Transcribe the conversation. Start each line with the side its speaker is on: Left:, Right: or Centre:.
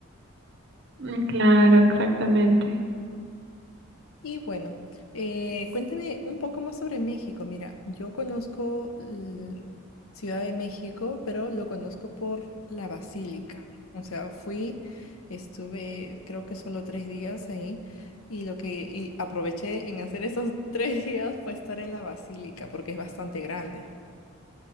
Right: mm, claro, exactamente.
Left: Y bueno, eh, cuéntame un poco más sobre México. Mira, yo conozco mm, Ciudad de México, pero lo conozco por la Basílica. O sea, fui, estuve creo que solo tres días ahí y lo que y aproveché en hacer esos <laughs> tres días fue estar en la Basílica porque es bastante grande.